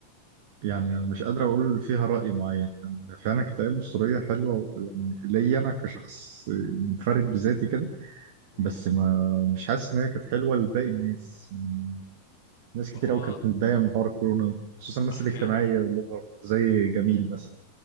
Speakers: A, on the right; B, on the left.
A: يعني أنا مش قادر أقول فيها رأي معين يعني فعلا كانت أيام أسطورية حلوة يعني ليا أنا كشخص منفرد بذاتي كده
B: مم.
A: بس ما مش حاسس إن هي كانت حلوة لباقي الناس يعني ناس كتير
B: هو
A: أوي كانت بتتضايق من حوار الكورونا خصوصا الناس
B: <laughs>
A: الاجتماعية
B: يعني
A: اللي هو زي جميل مثلا